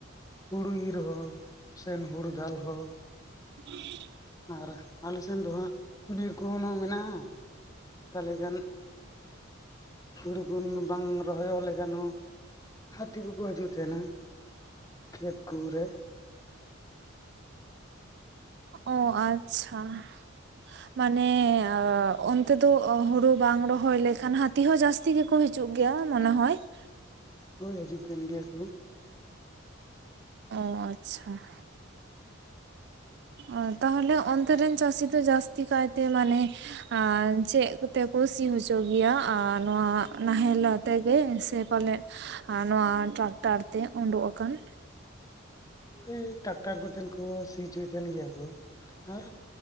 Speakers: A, on the left; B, on the right.
A: ᱦᱳᱲᱳ ᱤᱨ ᱦᱚᱸ ᱥᱮ ᱦᱳᱲᱳ ᱫᱟᱞ ᱦᱚᱸ ᱾
B: <inaudible>
A: ᱟᱨ ᱟᱞᱮᱥᱮᱱ ᱫᱚ ᱦᱟᱸᱜ ᱵᱤᱨ ᱠᱚᱦᱚᱸ ᱱᱚ ᱢᱮᱱᱟᱜᱼᱟ ᱛᱟᱦᱚᱞᱮ ᱜᱟᱱ ᱦᱳᱲᱳ ᱠᱚ ᱵᱟᱝ ᱨᱚᱦᱚᱭᱚᱜ ᱞᱮᱠᱷᱟᱱ ᱦᱚᱸ ᱦᱟᱹᱛᱤ ᱠᱚᱠᱚ ᱦᱤᱡᱩᱜ ᱛᱟᱦᱮᱱᱟ ᱾ ᱠᱷᱮᱛ ᱠᱩᱨᱮ. ᱾
B: ᱚ ᱟᱪᱪᱷᱟ ᱾
A: <unintelligible>
B: ᱢᱟᱱᱮ ᱚᱻᱻ ᱚᱱᱛᱮ ᱫᱚ ᱦᱳᱲᱳ ᱵᱟᱝ ᱨᱚᱦᱚᱭ ᱞᱮᱠᱷᱟᱱ ᱦᱟᱹᱛᱤ ᱦᱚᱸ ᱡᱟᱹᱥ ᱛᱤ ᱜᱮᱠᱚ ᱦᱤᱡᱩᱜ ᱜᱮᱭᱟ ᱢᱚᱱᱮ ᱦᱚᱭ ᱾
A: ᱦᱚᱭ ᱦᱤᱡᱩᱜ ᱠᱟᱱ ᱜᱮᱭᱟ ᱠᱚ ᱾
B: ᱚ ᱟᱪᱪᱷᱟ ᱾
A: <inaudible>
B: ᱚ ᱛᱟᱦᱚᱞᱮ ᱚᱱᱛᱮ ᱨᱮᱱ ᱪᱟᱹᱥᱤ ᱫᱚ ᱡᱟᱹᱥᱛᱤ ᱠᱟᱭᱛᱮ ᱢᱟᱱᱮ ᱟᱨ ᱪᱮᱫ ᱠᱚᱛᱮ ᱠᱚ ᱥᱤ ᱦᱚᱪᱚ ᱜᱮᱭᱟ ᱟᱨ ᱱᱚᱣᱟ ᱱᱟᱦᱮᱞ ᱟᱛᱮᱜᱮ ᱥᱮ ᱯᱟᱞᱮᱫ ᱾ ᱟᱨ ᱱᱚᱣᱟ ᱴᱟᱠᱴᱟᱨ ᱛᱮ ᱚᱸᱰᱩᱠ ᱟᱠᱟᱱ ᱾
A: ᱮᱭ ᱴᱟᱠᱴᱟᱨ ᱠᱚᱛᱮᱱ ᱠᱚ ᱥᱤ ᱦᱚᱪᱚᱭᱮᱫ ᱛᱟᱦᱮᱱ ᱜᱮᱭᱟ ᱠᱚ ᱟᱨ